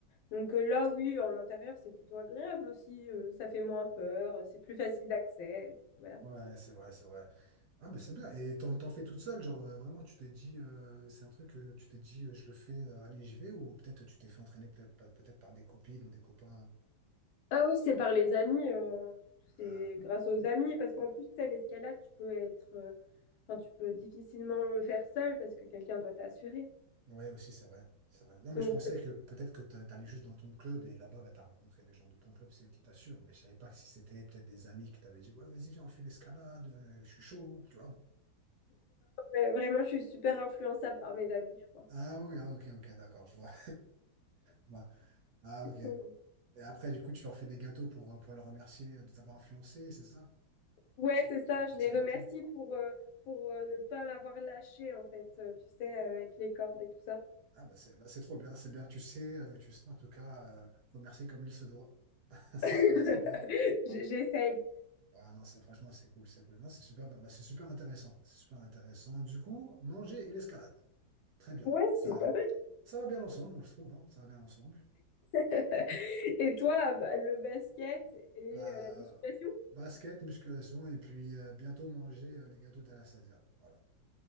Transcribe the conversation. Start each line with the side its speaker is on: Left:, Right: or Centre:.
Left: Donc euh, là, oui, en intérieur, c'est plutôt agréable aussi. euh, ça fait moins peur, c'est plus facile d'accès. Voilà.
Right: Ouais, c'est vrai, c'est vrai. Ah, mais c'est bien. Et t'en, t'en fais toute seule, genre euh, vraiment, tu t'es dit, euh, c'est un truc que tu t'es dit, euh, je le fais, euh, allez, j'y vais, ou peut-être tu t'es fait entraîner peut-être par peut-être par des copines ou des copains.
Left: Ah oui, c'est par les amis, euh, c'est
Right: Ah,
Left: grâce aux amis, parce qu'en plus, tu sais, l'escalade, tu peux être, euh, enfin, tu peux difficilement le faire seul parce que quelqu'un doit t'assurer.
Right: ouais, aussi, c'est vrai. C'est vrai. Non, mais
Left: Donc,
Right: je pensais
Left: euh,
Right: que peut-être que t'a- t'allais juste dans ton club et là-bas, bah, t'as rencontré des gens de ton club, c'est eux qui t'assurent. Mais je savais pas si c'était peut-être des amis qui t'avaient dit, ouais, vas-y, viens, on fait l'escalade, euh, je suis chaud, tu vois.
Left: ouais, vraiment, je suis super influençable par mes amis, je crois.
Right: Ah oui, ah, ok, ok, d'accord, je vois. <laughs> Ah ok,
Left: Mm.
Right: Et après, du coup, tu leur fais des gâteaux pour, euh, pour les remercier de t'avoir influencé, c'est ça?
Left: Ouais,
Right: Tu,
Left: c'est ça,
Right: tu leur fais
Left: je
Right: des
Left: les
Right: petits gâteaux.
Left: remercie pour, euh, pour euh, ne pas m'avoir lâché, en fait, euh, tu sais, avec les cordes et tout ça.
Right: Ah bah c'est bah, c'est trop bien, c'est bien. Tu sais, euh, tu sais en tout cas euh, remercier comme il se doit. <laughs> C'est
Left: <laughs>
Right: trop c'est bien.
Left: J- J'essaye.
Right: Ouais, non, c'est franchement c'est cool, c'est cool. Non, c'est super bien. Bah, c'est super intéressant. C'est super intéressant. Du coup, manger et l'escalade. Très bien.
Left: Ouais,
Right: Ça,
Left: c'est pas mal.
Right: ça va bien ensemble, moi je trouve, hein. Ça va bien ensemble.
Left: <laughs> Et toi, bah, le basket et
Right: Bah,
Left: euh, la musculation?
Right: basket, musculation, et puis euh, bientôt manger euh, les gâteaux d'Anastasia. Voilà.